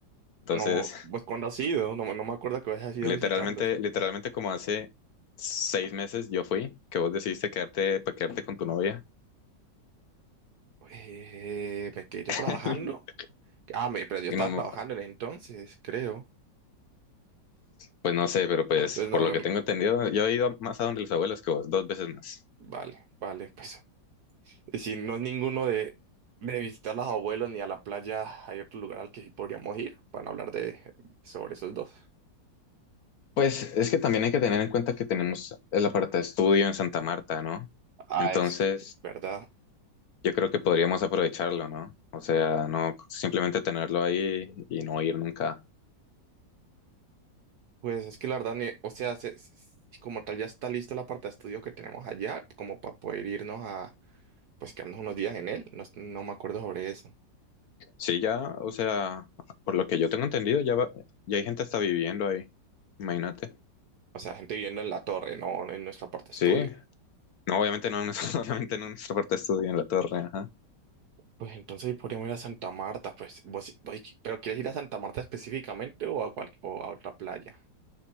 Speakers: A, on the left (about 60°); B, on the right (about 65°).
A: Entonces,
B: No, pues cuando has ido, no, me- no me acuerdo que vos has ido
A: literalmente,
B: a visitarlos.
A: literalmente como hace seis meses yo fui, que vos decidiste quedarte, para quedarte con tu novia.
B: Eh, me quedé yo
A: <laughs>
B: trabajando. Ah, me, pero yo
A: Y
B: estaba
A: No,
B: trabajando en ese entonces, creo.
A: Pues no sé, pero pues
B: Entonces, no,
A: por lo
B: no,
A: que
B: no.
A: tengo entendido, yo he ido más a donde los abuelos que vos, dos veces más.
B: Vale, vale, pues. Y si no es ninguno de, de visitar a los abuelos ni a la playa, hay otro lugar al que sí podríamos ir para no hablar de, sobre esos dos.
A: Pues es que también hay que tener en cuenta que tenemos el aparta estudio en Santa Marta, ¿no?
B: Ah,
A: Entonces,
B: es verdad.
A: yo creo que podríamos aprovecharlo, ¿no? O sea, no simplemente tenerlo ahí y no ir nunca.
B: Pues es que la verdad, ni- o sea, se- s- como tal ya está lista la parte de estudio que tenemos allá, como para poder irnos a, pues quedarnos unos días en él. No, es- no me acuerdo sobre eso.
A: Sí, ya, o sea, por lo que yo tengo entendido, ya, va- ya hay gente está viviendo ahí. Imagínate.
B: O sea, gente viviendo en la torre, no en nuestra parte
A: Sí,
B: de estudio.
A: no, obviamente no, en nuestro- <laughs> obviamente no en nuestra parte de estudio, en la torre, ajá.
B: Pues entonces podríamos ir a Santa Marta, pues vos, sí, vos- pero ¿quieres ir a Santa Marta específicamente o a cual, o a otra playa?